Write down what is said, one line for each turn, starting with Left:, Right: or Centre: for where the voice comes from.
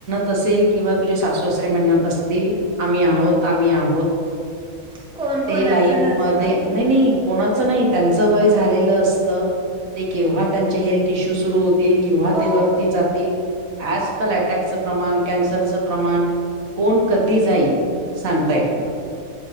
Right: तसेल किंवा तुझे सासूसरे म्हणत असतील. आम्ही आहोत. आम्ही आहोत.
Centre: कोण कोणाचं
Right: ते लाईफमध्ये
Centre: नसतं
Right: नाही नाही कोणाच नाही त्यांचं वय झालेलं असतं. ते केव्हा त्यांचे हेल्थ इश्यू सुरू होतील किंव्हा
Centre: हो
Right: ते वरती जातील. आजकाल अटॅकचं प्रमाण कॅन्सरचं प्रमाण कोण कधी जाईल सांगता येत नाही